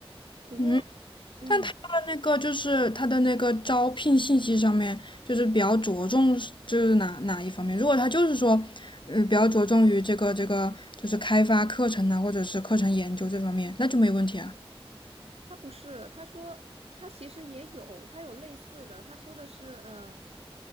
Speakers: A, on the right; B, on the left.
A: 不过，
B: 嗯。
A: 嗯。
B: 但他的那个就是他的那个招聘信息上面，就是比较着重是就是哪哪一方面？如果他就是说，嗯、比较着重于这个这个就是开发课程啊，或者是课程研究这方面，那就没问题啊。
A: 他不是，他说他其实也有，他有类似的，他说的是，呃，